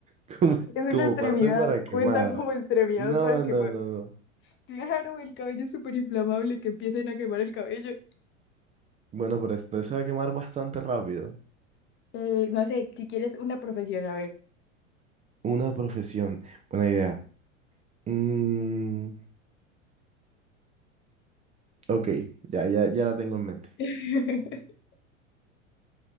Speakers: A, on the right; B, on the left.
A: <laughs> como,
B: Es una
A: como
B: extremidad,
A: parte para quemar?
B: cuenta como extremidad
A: No,
B: para quemar.
A: no, no, no.
B: Claro, el cabello es súper inflamable, que empiecen a quemar el cabello.
A: Bueno, pero esto se va a quemar bastante rápido.
B: Eh, no sé, si quieres una profesión, a ver.
A: Una profesión. Buena idea. Mm, ok, ya, ya, ya la tengo en mente.
B: <laughs>